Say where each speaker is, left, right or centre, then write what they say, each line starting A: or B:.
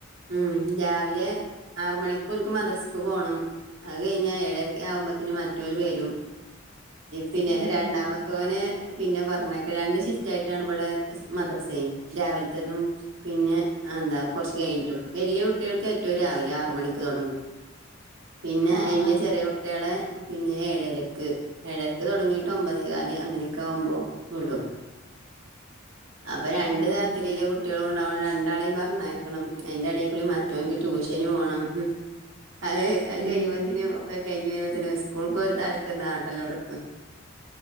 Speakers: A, on the right; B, on the right.
A: ഉം രാവിലെ ആറ് മണിക്കോൽക്ക് മദ്രസ്ക്ക് പോണം അത് കഴിഞ്ഞാ ഏഴരക്കാവുമ്പത്തിന് മറ്റോല് വരും പിന്നെ
B: ഉം
A: രണ്ടാമത്തെ ത്തോനെ പിന്നെ പറഞ്ഞയ്ക്ക രണ്ട് ഷിഫ്റ്റ് ആയിട്ടാണ് ബടെ മദ്രസെയ് രാവിൽ ത്തതും പിന്നെ അന്താ കൊർച്ച് കഴിഞ്ഞിട്ടും വല്യ കുട്ടിയേൾക്ക് ഏറ്റവും രാവിലെ ആറ് മണിക്ക് തൊടങ്ങും പിന്നെ
B: ആഹ്
A: അയിന്റെ
B: ആഹ്
A: ചെറിയ കുട്ട്യാളെ പിന്നെ ഏഴരക്ക്, ഏഴരക്ക് തൊടങ്ങിയിട്ട് ഒമ്പതേകാല് അങ്ങനെയൊക്കാവുമ്പോ വിടും അപ്പൊ രണ്ട്
B: ആഹ്
A: തരത്തില് ല്ലെ കുട്ട്യാളുണ്ടാവും രണ്ടാളീം പറഞ്ഞേക്കണം അയ്ന്റെടീക്കൂടി മറ്റോൻക്ക് ട്യൂഷന് പോണം ഉം അത് അത്
B: ഉം
A: കഴിയ്മ്പോത്തിന് ഒക്കെ കഴിഞ്ഞ് കഴിഞ്ഞ് വരുമ്പത്തിന് സ്കൂൾക്കൊരു തലക്കന്നാട്ടലൊടത്തും